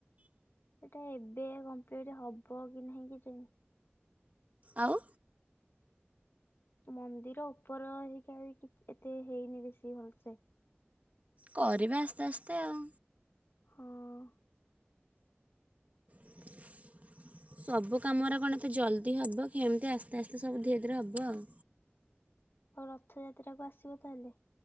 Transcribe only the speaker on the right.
ଆଉ।
କରିବା ଆସ୍ତେ ଆସ୍ତେ ଆଉ।
<unintelligible> ସବୁ କାମରା କଣ ତ ଜଲ୍ଦି ହବ କି ଏମିତି ଆସ୍ତେ ଆସ୍ତେ ସବୁ ଧୀରେ ଧୀରେ ହବ ଆଉ।